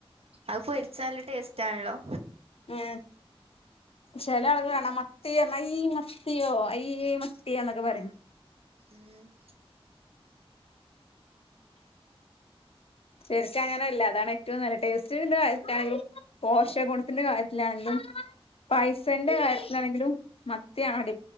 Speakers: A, on the right; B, on the left.
A: അത് പൊരിച്ച നല്ല ടേസ്റ്റാണല്ലോ.
B: ആ ചെല ആൾകല് കാണാ മത്തിയോ അയ് മത്തിയോ അയ് മത്തിയോ എന്നൊക്കെ പറീൺ.
A: ഉം
B: ശെരിക്ക് അങ്ങനെല്ല അതാണ് ഏറ്റവും നല്ല ടേസ്റ്റ് <inaudible> പോഷകുണത്തിന്റെ കാര്യത്തിലാണെങ്കിലും പൈസന്റെ കാര്യത്തിലാണെങ്കിലും മത്തി അടി